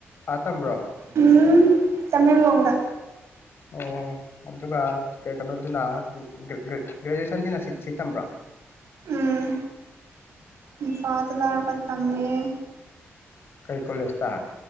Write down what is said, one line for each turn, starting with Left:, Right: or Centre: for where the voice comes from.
Left: ꯑꯥ ꯇꯝꯕ꯭ꯔꯣ
Right: ꯎꯝꯍꯨꯝ ꯇꯃꯦꯡꯂꯣꯡꯗ
Left: ꯑꯣ ꯑꯗꯨꯒ ꯑꯥ ꯀ ꯀꯩꯅꯣꯗꯨꯅ ꯒꯔ ꯒꯔ ꯒ꯭ꯔꯦꯖꯨꯋꯦꯁꯟꯁꯤꯅ ꯁꯤ ꯁꯤ ꯇꯝꯕ
Right: ꯎꯝ ꯏꯝꯐꯥꯜꯗ ꯂꯥꯛꯑꯒ ꯐꯝꯃꯤꯌꯦ
Left: ꯀꯩ ꯀꯣꯂꯦꯁ ꯇ